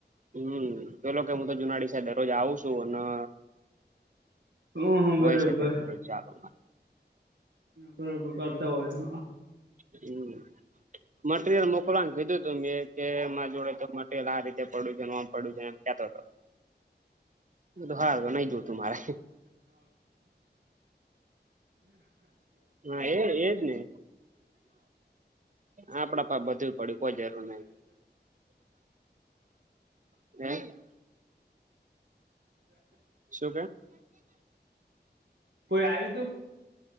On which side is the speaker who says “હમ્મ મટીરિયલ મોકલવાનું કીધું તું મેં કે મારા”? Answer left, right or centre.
Right